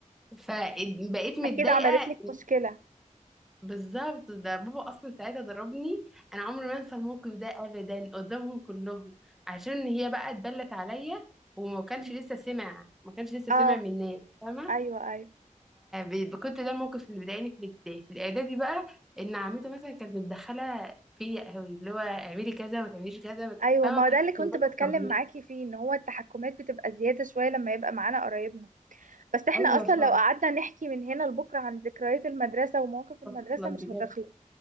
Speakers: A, in the centre; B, on the right.
A: فبقيت متضايقة
B: اكيد عملت لك مشكلة
A: بالظبط ده بابا اصلا ساعتها ضربني انا عمري ما انسى الموقف ده ابدا قدامهم كلهم عشان هي بقى اتبلت عليا وما كانش
B: مم.
A: لسه سمع ما كانش لسه
B: اه
A: سمع من الناس فاهمه
B: ايوه ايوه
A: فب- كنت ده الموقف اللي بيضايقني في الابتدائي في الاعدادي بقى ان عمته مثلا كانت متدخله فيا قوي اللي هو اعملي كذا ما تعمليش كذا ما-
B: ايوه
A: فاهمه
B: ما
A: ما كانتش
B: هو ده اللي كنت
A: سايباني
B: بتكلم
A: بحريتي
B: معاكي فيه ان هو التحكمات بتبقى زيادة شوية لما يبقى معانا قرايبنا بس احنا
A: ايوه
B: اصلا
A: فعلا
B: لو قعدنا نحكي من هنا لبكره عن ذكريات المدرسه ومواقف المدرسه
A: تخلص
B: مش
A: بجد
B: هتخلص